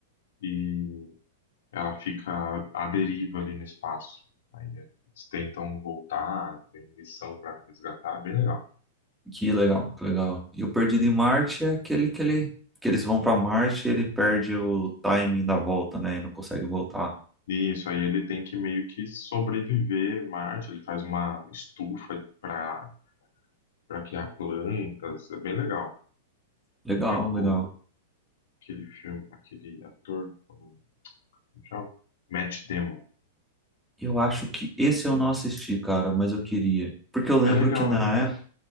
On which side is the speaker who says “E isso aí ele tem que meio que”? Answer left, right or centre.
Left